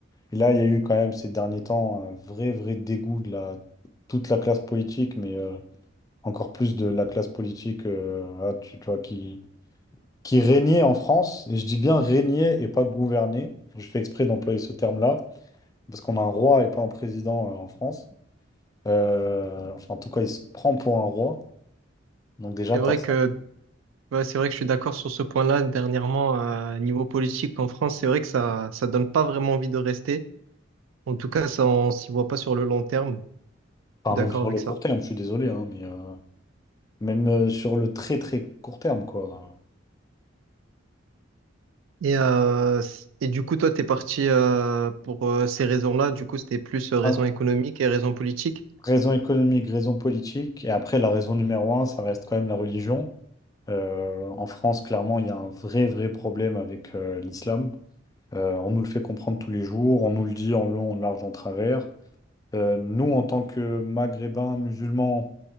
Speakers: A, on the left; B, on the right.
A: Et là, il y a eu quand même ces derniers temps un vrai, vrai dégoût de la, toute la classe politique, mais euh, encore plus de la classe politique euh, ah, tu, tu vois, qui, qui régnait en France, et je dis bien régnait et pas gouvernait. Je fais exprès d'employer ce terme-là, parce qu'on a un roi et pas un président euh, en France. Euh, enfin, en tout cas, il se prend pour un roi. Donc déjà,
B: C'est
A: tu
B: vrai
A: as ça.
B: que Ouais, c'est vrai que je suis d'accord sur ce point-là. Dernièrement, euh, niveau politique en France, c'est vrai que ça ça donne pas vraiment envie de rester. En tout cas, ça, on s'y voit pas sur le long terme. Je
A: Enfin,
B: suis d'accord
A: même sur
B: avec
A: le
B: ça.
A: court terme, je suis désolé, hein, mais... euh, Même euh, sur le très très court terme, quoi.
B: Et, euh, c- et du coup, toi, t'es parti euh, pour euh, ces raisons-là. Du coup, c'était plus euh, raison
A: Ah,
B: économique et raison politique.
A: Raison économique, raison politique, et après la raison numéro un, ça reste quand même la religion. Euh, en France, clairement, il y a un vrai vrai problème avec euh, l'islam. Euh, on nous le fait comprendre tous les jours, on nous le dit en long, en large, en travers. Euh, nous, en tant que Maghrébins musulmans,